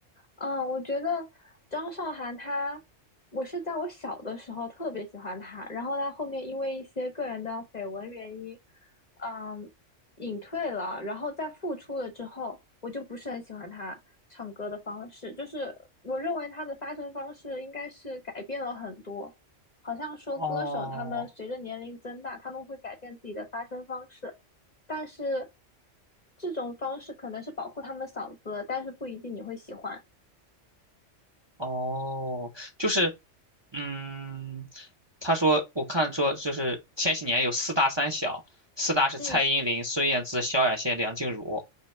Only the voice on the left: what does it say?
嗯，我觉得张韶涵她，我是在我小的时候特别喜欢她，然后她后面因为一些个人的绯闻原因，嗯，隐退了，然后再复出了之后，我就不是很喜欢她唱歌的方式，就是我认为她的发声方式应该是改变了很多，好像说歌手他们随着年龄增大，
他们会改变自己的发声方式，但是这种方式可能是保护他们嗓子，但是不一定你会喜欢。
嗯，